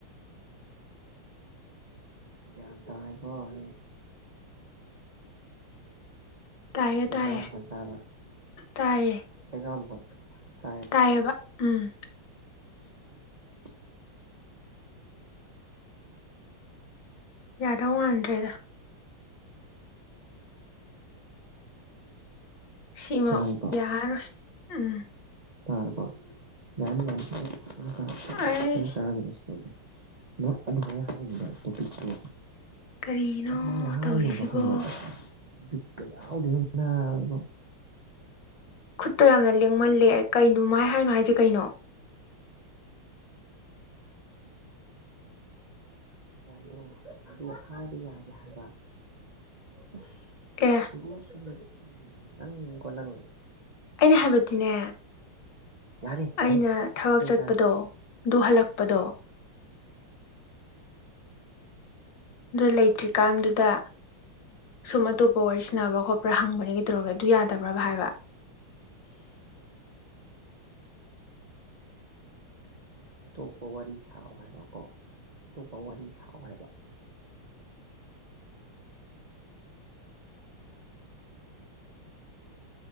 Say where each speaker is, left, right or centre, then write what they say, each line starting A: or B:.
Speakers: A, on the right; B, on the left.
A: ꯒꯌ꯭ꯥꯟ ꯇꯥꯏꯀꯦ <unintelligible>
B: ꯇꯥꯏꯌꯦ
A: <unintelligible>
B: ꯇꯥꯏꯌꯦ
A: ꯇꯕ
B: ꯇꯥꯏꯌꯦ
A: <unintelligible> ꯃꯣꯈꯣꯟ ꯇꯥꯏ
B: <unintelligible> ꯎꯝ
A: <inaudible>
B: ꯌꯥꯗꯧ ꯋꯥꯥꯟꯗ꯭ꯔꯦꯗ ꯁꯤꯃ
A: ꯇꯥꯔꯤꯕꯣ
B: ꯌꯥꯔꯣꯏ ꯎꯝ
A: ꯇꯔꯕꯣ <unintelligible> <unintelligible>
B: ꯑꯩ
A: ꯑꯗꯨꯃꯥꯏꯅ ꯍꯥꯏꯅꯦꯕ ꯇꯣꯄꯤꯛꯇꯣ
B: ꯀꯔꯤꯅꯣ
A: ꯑꯗꯨꯃꯥꯏꯅ ꯍꯥꯏꯅꯧꯕ
B: ꯇꯧꯔꯤꯁꯤꯕꯣ
A: ꯈꯪꯕ ꯕꯤꯛꯀ ꯌꯥꯎꯗꯦꯟꯅ ꯏꯕꯣ
B: ꯈꯨꯠꯇ ꯌꯥꯝꯅ ꯂꯦꯡꯃꯜꯂꯦ ꯀꯩꯅꯣꯃꯥꯏ ꯍꯥꯏꯅꯣ ꯍꯥꯏꯁꯦ ꯀꯩꯅꯣ
A: ꯃꯌꯥꯝꯗꯣ ꯑꯗꯨ ꯍꯥꯏꯕ ꯌꯥꯒꯦ ꯍꯥꯏꯕ ꯑꯁ
B: <unintelligible>
A: <unintelligible> ꯅꯪꯒꯣꯅꯪ
B: ꯑꯩꯅ ꯍꯥꯏꯕꯗꯤꯅꯦ
A: ꯌꯥꯔꯦ ꯌꯥꯔꯦ
B: ꯑꯩꯅ ꯊꯕꯛ
A: ꯑꯗꯨ
B: ꯆꯠꯄꯗꯣ
A: ꯑꯣꯏꯇꯥꯔꯦ
B: ꯑꯗꯨ ꯍꯜꯂꯛꯄꯗꯣ ꯑꯗꯨ ꯂꯩꯇ꯭ꯔꯤꯀꯥꯟꯗꯨꯗ ꯁꯨꯝ ꯑꯇꯣꯞꯄ ꯋꯥꯔꯤ ꯁꯅꯕ꯭ꯔꯥ ꯈꯣꯠꯄ꯭ꯔꯥ ꯍꯪꯕꯅꯤ ꯀꯩꯗꯧꯔꯒ ꯑꯗꯨ ꯌꯥꯗꯕ꯭ꯔꯥꯕ ꯍꯥꯏꯕ
A: <inaudible> ꯑꯇꯣꯞꯄ ꯋꯥꯔꯤ ꯁꯥꯎ ꯍꯥꯏꯕꯀꯣ ꯑꯇꯣꯞꯄ ꯋꯥꯔꯤ ꯁꯥꯎ ꯍꯥꯏꯕ